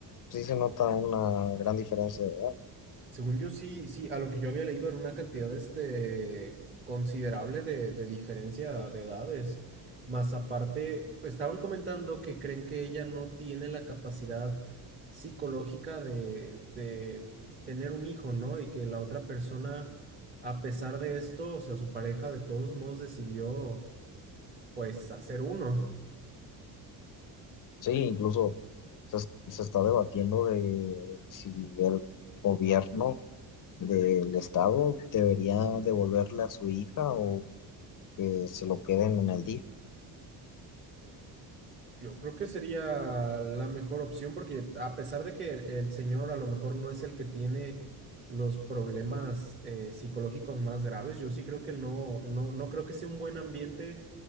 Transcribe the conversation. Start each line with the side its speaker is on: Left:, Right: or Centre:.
Left: sí se nota una gran diferencia, ¿verdad?
Right: Según yo, sí, sí, a lo que yo había leído era una cantidad, este, considerable de, de diferencia de edades. Más aparte, estaban comentando que creen que ella no tiene la capacidad psicológica de, de tener un hijo, ¿no? Y que la otra persona, a pesar de esto, o sea, su pareja de todos modos decidió Pues hacer uno.
Left: Sí, incluso se, se está debatiendo de si el gobierno del Estado debería devolverle a su hija o que se lo queden en el DIF,
Right: Yo creo que sería la mejor opción porque a pesar de que el el señor a lo mejor no es el que tiene los problemas eh, psicológicos más graves, yo sí creo que no, no, no creo que sea un buen ambiente